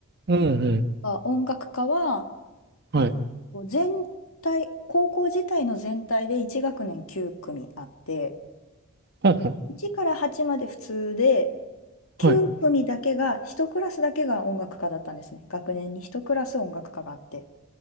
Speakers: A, on the right; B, on the left.
A: うん、うん。
B: あ音楽科は、
A: はい。
B: えっと、全体、高校自体の全体で1学年9組あって、
A: ほんほん。
B: 1から8まで普通で、
A: はい。
B: 9組だけが、1クラスだけが音楽科だったんですね。学年に1クラス音楽科があって。